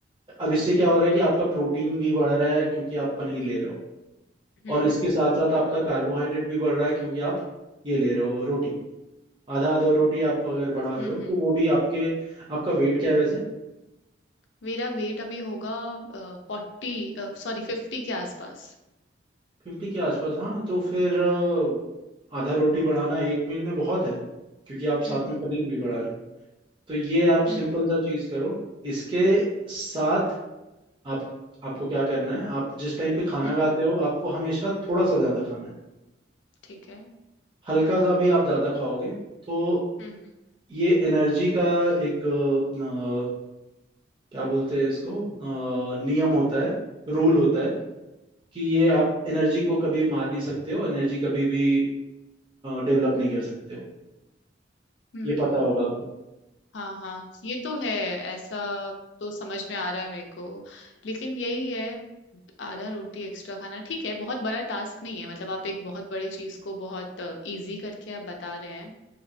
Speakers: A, on the right; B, on the left.
A: अब इससे क्या हो रहा है कि आपका प्रोटीन भी बढ़ रहा है क्योंकि आप पनीर ले रहे हो
B: हम्म
A: और इसके
B: हम्म
A: साथ साथ आपका कार्बोहाइड्रेट भी बढ़ रहा है क्योंकि आप ये ले रहे हो रोटी आधा आधा रोटी आप अगर बढ़ा रहे
B: हम्म,
A: हो तो वो भी आपके आपका वेट क्या है वैसे
B: मेरा वेट अभी होगा फोर्टी सॉरी फिफ्टी के आसपास
A: फिफ्टी के आसपास हाँ तो फिर अ, आधा रोटी बढ़ाना एक मील में बहुत है क्योंकि आप साथ
B: हम्म
A: में
B: हम्म
A: पनीर भी बढ़ा रहे हो तो ये आप सिंपल
B: हम्म
A: सा चीज करो इसके साथ आप आपको क्या करना है आप जिस टाइम पे खाना
B: हम्म
A: खाते
B: हम्म,
A: हो आपको हमेशा थोड़ा सा ज्यादा खाना है
B: ठीक है
A: हल्का सा भी आप ज्यादा खाओगे तो
B: हम्म हम्म
A: ये एनर्जी का एक अ, क्या बोलते हैं इसको अ, नियम होता है रूल होता
B: हम्म
A: है कि ये आप एनर्जी को कभी मार नहीं सकते हो एनर्जी कभी भी डेवलप नहीं कर सकते हो
B: हम्म
A: ये पता होगा आपको
B: हाँ हाँ ये तो है ऐसा तो समझ में आ रहा है मेरे को लेकिन यही है आधा रोटी एक्स्ट्रा खाना ठीक है बहुत बड़ा टास्क नहीं है मतलब आप एक बहुत बड़े चीज को बहुत इजी करके आप बता रहे हैं